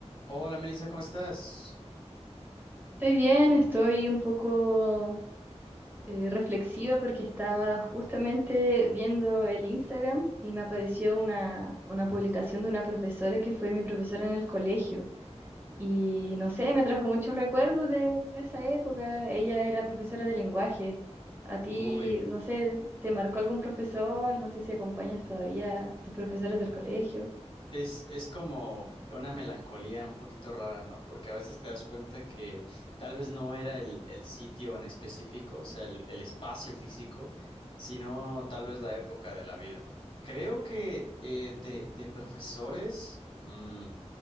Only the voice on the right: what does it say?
Estoy bien, estoy un poco eh, reflexiva porque estaba justamente viendo el Instagram y me apareció una, una publicación de una profesora que fue mi profesora en el colegio. Y no sé, me trajo muchos recuerdos de esa época. Ella era profesora de lenguaje. A ti,
no sé, ¿te marcó algún profesor? No sé si acompañas todavía a tus profesores del colegio.